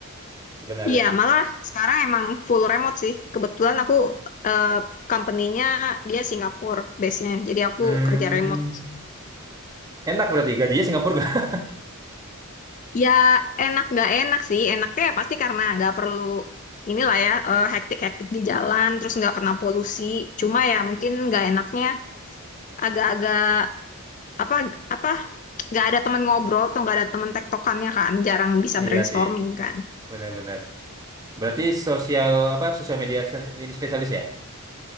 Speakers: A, on the right (about 15°); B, on the left (about 35°).
A: sebenarnya.
B: iya malah sekarang emang full remote sih kebetulan aku eh, company-nya dia Singapura base-nya jadi aku
A: Hmm.
B: kerja remote
A: Enak berarti gajinya Singapura nggak?
B: Ya enak nggak enak sih. Enaknya ya pasti karena nggak perlu inilah ya eh, hektik-hektik di jalan, terus nggak kena polusi. Cuma ya mungkin nggak enaknya agak-agak apa apa nggak ada teman ngobrol atau nggak ada teman tektokannya kan, jarang bisa
A: <laughs>
B: brainstorming
A: Iya sih,
B: kan.
A: benar-benar. Berarti sosial apa sosial media sen- ini spesialis ya?